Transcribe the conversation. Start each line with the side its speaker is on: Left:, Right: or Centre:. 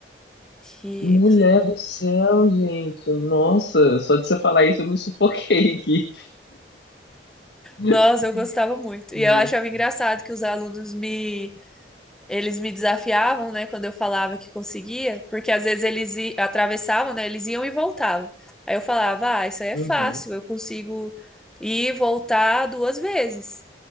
Centre: E,
Left: Mulher do céu, gente. Nossa, só de você falar isso eu me sufoquei aqui. <laughs>
Centre: nossa, eu gostava muito.
Left: Nossa.
Centre: E eu achava engraçado que os alunos me Eles me desafiavam, né, quando eu falava que conseguia, porque às vezes eles i- atravessavam, né, eles iam e voltavam. Aí eu falava, ah, isso aí é
Left: Uhum.
Centre: fácil, eu consigo ir e voltar duas vezes.